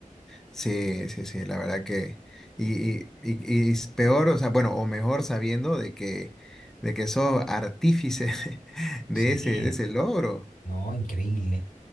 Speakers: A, in the centre; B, on the left (about 80°).
A: Sí, sí, sí, la verdad que... Y, y, y, y es peor, o sea, bueno, o mejor sabiendo de que, de que sos artífice <laughs> de
B: Sí,
A: ese, de ese logro.
B: no, increíble,